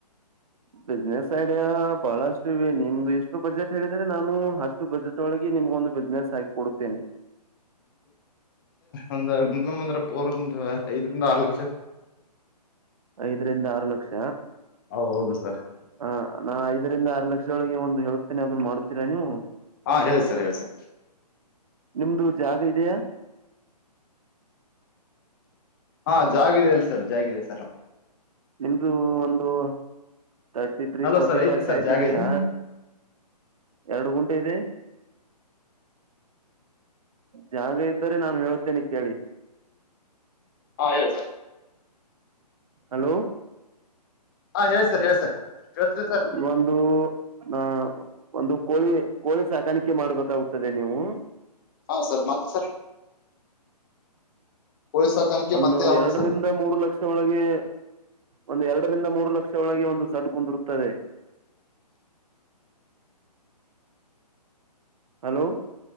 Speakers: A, on the right; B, on the left.
A: ಬಿಸ್ನೆಸ್ ಐಡಿಯಾ ಬಹಳಷ್ಟು ಇವೆ ನಿಮ್ದು ಎಷ್ಟು ಬಜೆಟ್ ಹೇಳಿದ್ರರೆ ನಾನು ಅಷ್ಟು ಬಜೆಟ್ ಒಳಗೆ ನಿಮ್ಗ ಒಂದು ಬಿಸ್ನೆಸ್ ಆಗಿ ಕೊಡುತ್ತೇನೆ
B: ಒಂದ ಮಿನಿಮಮ್ ಅಂದ್ರ ಪರ್ ಐದರಿಂದ ಆರ್ ಲಕ್ಷ
A: ಐದರಿಂದ ಆರು ಲಕ್ಷ
B: ಹೌದು ಹೌದು ಸರ್
A: ಹ ನಾಐ ಐದರಿಂದ ಆರು ಲಕ್ಷದೊಳಗೆ ಒಂದು ಹೇಳುತ್ತೆನೆ ಅದನ್ನ ಮಾಡ್ತೀರಾ ನೀವು
B: ಹಾ ಹೇಳಿ ಸರ್ ಹೇಳಿ ಸರ್
A: ನಿಮ್ದು ಜಾಗ ಇದೆಯಾ
B: ಹಾ ಜಾಗ ಇದೆ ಅಲ್ಲ ಸರ್ ಜಾಗ ಇದೆ ಸರ್
A: ಇದು ಒಂದು thirty three
B: hello
A: forty
B: sir ಐತಿ
A: five
B: ಸರ್
A: ಸೈಟ್
B: ಜಾಗ
A: ಇದೆಯ
B: ಐತಿ
A: ಎರಡು ಗುಂಟೆ ಇದೆ ಜಾಗ ಇದ್ದರೆ ನಾನು ಹೇಳ್ತೇನೆ ಕೇಳಿ
B: ಹಾ ಹೇಳಿ ಸರ್
A: ಹಲೋ
B: ಹಾ ಹೇಳಿ ಸರ್ ಹೇಳಿ ಸರ್ ಕೇಳತದ ಸರ್
A: ಒಂದು ಆ ಒಂದು ಕೋಳಿ ಕೋಳಿ ಸಾಕಾಣಿಕೆ ಮಾಡ್ಬೇಕಾಗದೆ ನೀವು
B: ಹಾ ಸರ್ ಮತ್ತ ಸರ್ ಕೋಳಿ ಸಾಕಾಣಿಕೆ
A: ಒಂದು
B: ಮತ್ತೆ ಯಾವ್ದು
A: ಎರಡರಿಂದ
B: ಸರ್
A: ಮೂರು ಲಕ್ಷ ಒಳಗೆ ಒಂದು ಎರಡು ಎರಡರಿಂದ ಮೂರು ಲಕ್ಷ ಒಳಗೆ ಒಂದು ಸಡ್ ಕುಂದಿರುತ್ತದೆ ಹಲೋ